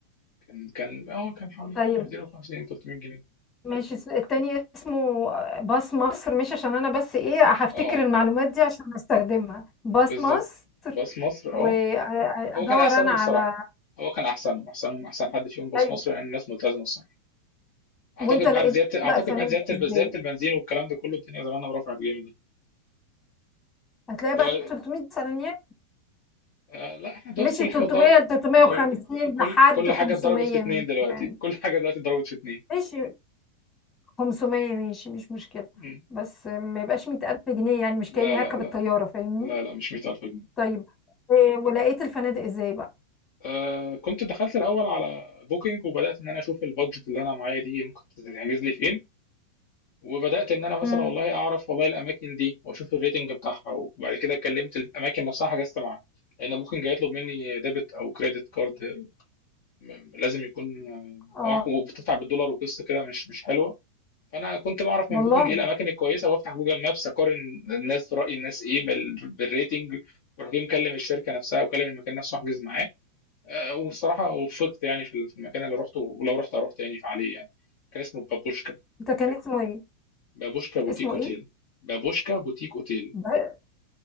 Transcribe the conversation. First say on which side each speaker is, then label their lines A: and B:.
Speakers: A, on the left (about 50°); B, on the left (about 20°).
A: كان كان اه كان حوالي
B: طيب
A: كان 250 300 جنيه
B: ماشي اس- التاني اسمه باص مصر مش عشان انا بس ايه هفتكر
A: اه
B: المعلومات دي عشان استخدمها باص
A: بالظبط
B: مصر
A: باص مصر
B: وادور
A: اه هو كان احسنهم
B: انا على
A: الصراحه هو كان احسنهم احسنهم احسن حد فيهم باص
B: طيب
A: مصر لان الناس ملتزمه الصراحه اعتقد
B: وانت لقيت
A: بعد زياده
B: بقى
A: اعتقد
B: الفنادق
A: بعد زياده
B: ازاي
A: الب- زياده البنزين والكلام ده كله الدنيا زمانها رفعت جامد يعني.
B: هتلاقي
A: هو
B: بقى 300 ثانية
A: آه لا احنا دلوقتي
B: مشي
A: كل
B: 300
A: حاجه ضرب
B: ل 350
A: كل كل
B: لحد
A: كل
B: 500
A: حاجه اتضربت في اتنين
B: مين
A: دلوقتي
B: يعني
A: كل حاجه دلوقتي اتضربت في اتنين
B: ماشي 500 ماشي مش مشكلة
A: مم.
B: بس ما يبقاش 100000 جنيه يعني مش
A: لا
B: كأني
A: لا
B: هركب
A: لا
B: الطيارة فاهمني
A: لا لا مش 100000 جنيه
B: طيب إيه، ولقيت الفنادق ازاي بقى
A: آه كنت دخلت الاول على بوكينج وبدات ان انا اشوف البادجت اللي انا معايا دي ممكن تتحجز لي فين وبدات ان انا مثلا
B: امم
A: والله اعرف والله الاماكن دي واشوف الريتنج بتاعها وبعد كده كلمت الاماكن نفسها حجزت معاها لان بوكينج هيطلب مني ديبت او كريدت كارد م- لازم يكون
B: اه
A: آه، وبتدفع بالدولار وقصه كده مش مش حلوه فانا كنت بعرف
B: والله
A: من بوكينج ايه الاماكن الكويسه وافتح جوجل مابس اقارن الناس راي الناس ايه بال- بالريتنج وراح جاي مكلم الشركه نفسها وكلم المكان نفسه احجز معاه آه، والصراحه وفقت يعني في في المكان اللي رحته ولو رحت اروح تاني عليه يعني كان اسمه بابوشكا
B: ده كان اسمه ايه
A: بابوشكا بوتيك
B: اسمه
A: اوتيل
B: ايه
A: بابوشكا بوتيك اوتيل
B: ده-